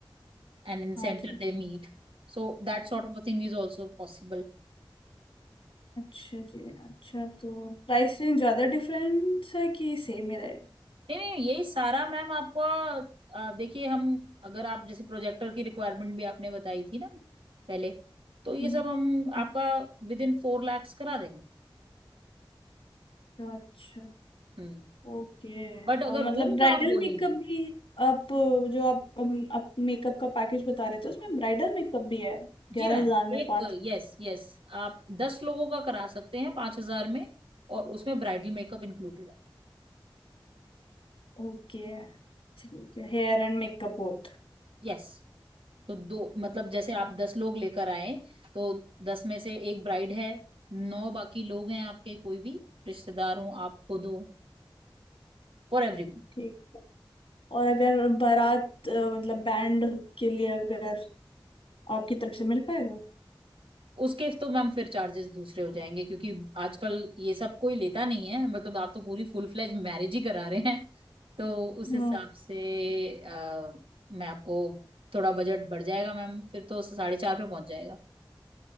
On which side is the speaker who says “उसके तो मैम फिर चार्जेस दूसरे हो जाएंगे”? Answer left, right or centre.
Right